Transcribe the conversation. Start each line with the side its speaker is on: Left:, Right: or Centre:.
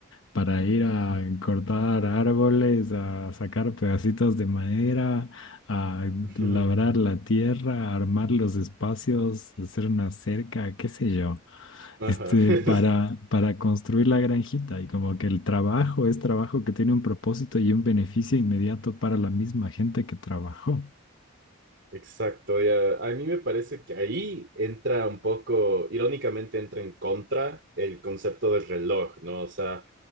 Left: para ir a cortar árboles, a sacar pedacitos de madera, a
Right: ujú.
Left: labrar la tierra, a armar los espacios, hacer una cerca, qué sé yo,
Right: Ajá.
Left: este,
Right: <laughs>
Left: para, para construir la granjita. Y como que el trabajo es trabajo que tiene un propósito y un beneficio inmediato para la misma gente que trabajó.
Right: Exacto, ya. A mí me parece que ahí entra un poco, irónicamente entra en contra el concepto del reloj, ¿no? O sea,